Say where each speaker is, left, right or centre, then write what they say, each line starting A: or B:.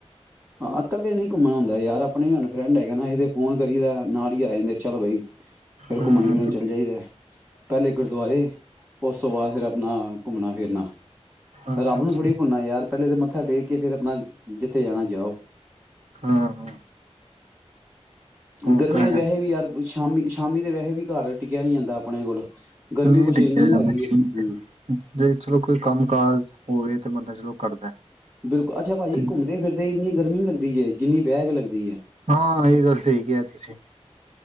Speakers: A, on the right (about 25°); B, on the right (about 80°).
A: ਹਾਂ ਇਕੱਲੇ ਨਹੀਂ ਘੁੰਮਣਾ ਹੁੰਦਾ ਯਾਰ ਆਪਣੇ ਫਰੈਂਡ ਹੈਗਾ ਨਾ ਇਹਦੇ ਫੋਨ ਕਰੀਦਾ ਨਾਲ ਹੀ ਆ ਜਾਂਦੇ ਚਲੋ ਬਈ। ਫਿਰ
B: ਹੂੰ
A: ਘੁੰਮਣ ਫਿਰਨ ਚੱਲ ਜਾਈਦਾ ਪਹਿਲੇ ਗੁਰਦੁਆਰੇ ਉਸ ਤੋਂ ਬਾਅਦ ਫਿਰ ਆਪਣਾ ਘੁੰਮਣਾ ਫਿਰਨਾ
B: ਅੱਛਾ
A: ਰੱਬ
B: ਅੱਛਾ
A: ਨੂੰ ਥੋੜ੍ਹੀ ਭੁੱਲਣਾ ਯਾਰ। ਪਹਿਲੇ ਤੇ ਮੱਥਾ ਟੇਕ ਕੇ ਫਿਰ ਅੱਪਾ ਆਪਣਾ ਜਿੱਥੇ ਜਾਣਾ। ਜਾਓ।
B: ਹਾਂ ਹਾਂ। ਉਹ
A: ਗਰਮੀਆਂ
B: ਤਾਂ ਹੈ
A: ਦੇ ਵਿਆਹੇ ਵੀ ਯਾਰ ਕੁਛ ਸ਼ਾਮੀ ਸ਼ਾਮੀ ਦੇ ਵੈਸੇ ਵੀ ਘਰ ਟਿੱਕਿਆ ਨਹੀਂ ਜਾਂਦਾ ਆਪਣੇ ਕੋਲ। ਗਰਮੀ
B: ਨਹੀਂ
A: ਕੁਛ
B: ਟਿਕੀਆਂ
A: ਇੰਨੀ
B: ਜਾਂਦਾ
A: ਹੈਗੀ ਏ
B: ਜੀ
A: ਹੂੰ।
B: ਚਲੋ ਕੋਈ ਕੰਮ ਕਾਜ। ਹੋਵੇ ਤੇ ਬੰਦਾ ਚਲੋ ਕਰਦਾ ਹੈ।
A: ਬਿਲਕੁਲ ਅੱਛਾ ਪਾਜੀ
B: ਤੇ-
A: ਘੁੰਮਦੇ ਫਿਰਦੇ ਇੰਨੀ ਗ਼ਰਮੀ ਲੱਗਦੀ ਹੈਏ ਜਿੰਨੀ ਬਹਿ ਕੇ ਲਗਦੀ ਏ।
B: ਹਾਂ ਇਹ ਗੱਲ ਸਹੀ ਕਿਹਾ ਤੁਸੀਂ